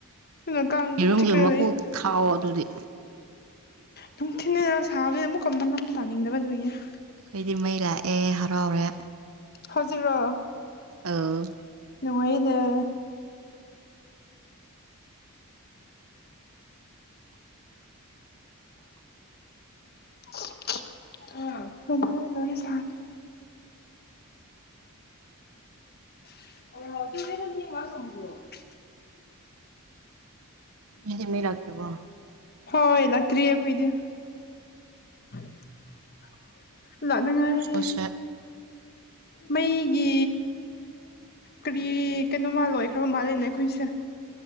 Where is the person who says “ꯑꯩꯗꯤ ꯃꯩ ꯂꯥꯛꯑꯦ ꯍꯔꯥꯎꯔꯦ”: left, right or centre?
Right